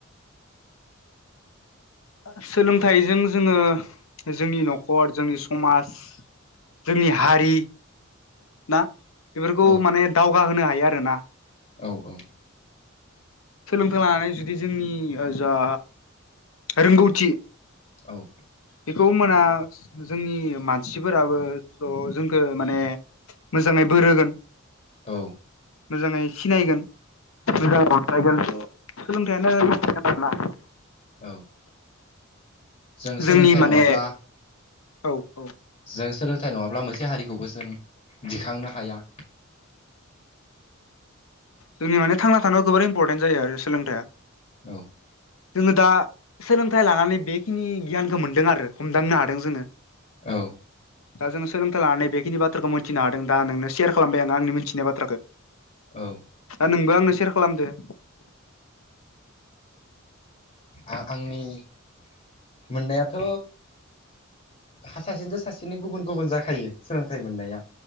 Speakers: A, on the left; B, on the left.
A: सोलोंथाइजों जोंङो जोंनि न'खर जोंनि समाज जोंनि हारि ना बेफोरखौ
B: औ
A: माने दावगाहोनो हायो आरोना।
B: औ औ।
A: सोलोंथाइ लानानै जुदि जोंनि जा रोंगौथि
B: औ।
A: बेखौ मोना जोंनि मानसिफोराबो ज' जोंखौ माने मोजांङै बोर होगोन
B: औ
A: मोजांङै सिनायगोन। <unintelligible>
B: औ
A: सोलोंथायानो <unintelligible>
B: औ जों सोलोंथाइ
A: जोंनि माने
B: नंङाब्ला
A: औ औ
B: जों सोलोंथाइ नंङाब्ला मोनसे हारिखौबो जों दिखांनो हाया।
A: जों माने थांना थानायाव जोबोर इम्परटेन्ट जायो आरो सोलोंथाइया
B: औ
A: जोंङो दा सोलोंथाइ लानानै बेखिनि गियानखौ मोनदों आरो हमदांनो हादों जोंङो।
B: औ
A: दा जोंङो सोलोंथाइ लानानै बेखिनि बाथ्राखौ मिन्थिनो हादों दा नोंनो सेयार खालामबाय आं आंनि मिथिनाय बाथ्राखौ।
B: औ
A: दा नोंबो आंनो सेयार खालामदो।
B: आ आंनि मोननायाथ' हासासेनिथ' सासेनि गुबुन गुबुन जाखायो सोलोंथाइ मोननाया